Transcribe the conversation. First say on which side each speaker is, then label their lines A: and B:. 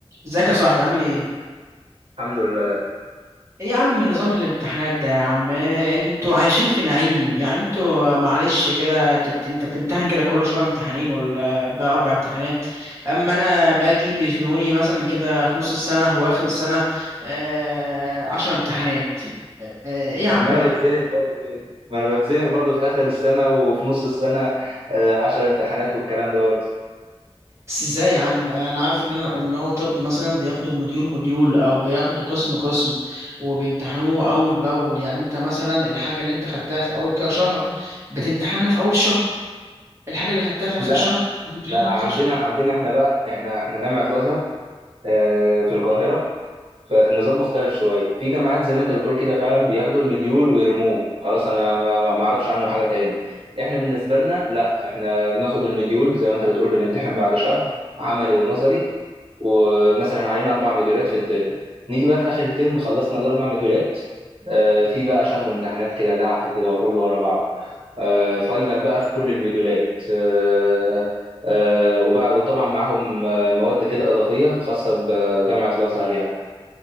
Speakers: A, on the right; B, on the right.
A: ازيك يا صاحبي عامل ايه؟
B: الحمد لله
A: ايه يا عم نظام الامتحانات ده يا عم إيه انتوا عايشين في نعيم يعني انتوا معلش كده انت بت... انت بتمتحن كده كل شهر امتحانين ولا بقى اربع امتحانات اما انا باجي بيزنقوني مثلا كده في نص السنة واخر السنة آه... عشر امتحانات آه... ايه يا
B: طب
A: عم
B: ما
A: ده؟
B: انا بتزنق برضو كده ما انا بتزنق برضو في اخر السنه وفي نص السنه آه، عشر امتحانات والكلام ده برضو
A: بس ازاي يا عم انا عارف ان انا ان هو طب مثلا بياخدوا مديول مديول او بياخدوا قسم قسم وبيمتحنوه اول باول يعني انت مثلا الحاجه اللي انت خدتها في اول كده شهر بتمتحنها في اول شهر الحاجه اللي خدتها في اخر
B: لا
A: شهر بتمتحنها
B: لا عندنا
A: في اخر شهر
B: عندنا احنا بقى احنا احنا جامعه الازهر آه، في القاهره فالنظام مختلف شويه في جامعات زي ما انت بتقول كده فعلا بياخدوا المديول ويرموه خلاص انا ما ما- ما اعرفش عنه حاجه تاني احنا بالنسبه لنا لا احنا بناخد المديول زي ما انت بتقول بنمتحن بعد شهر عملي ونظري ومثلا علينا اربع مديولات في الترم نيجي بقى في اخر الترم خلصنا الاربع مديولات آه، في بقى شهر امتحانات كده دعك كده وكله ورا بعضه آه، فاينل بقى في كل المديولات آه، آه، وبعد وطبعا معاهم آه، مواد كده اضافيه خاصه بجامعه الازهر يعني